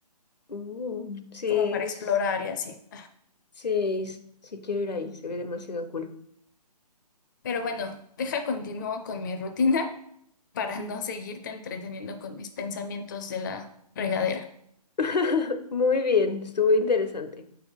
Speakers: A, on the left; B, on the left.
A: Uh, sí,
B: como para
A: es-
B: explorar y así.
A: sí, s- sí quiero ir ahí, se ve demasiado cool.
B: Pero bueno, deja continúo con mi rutina para no seguirte entreteniendo con mis pensamientos de la regadera.
A: <laughs> Muy bien, estuvo interesante.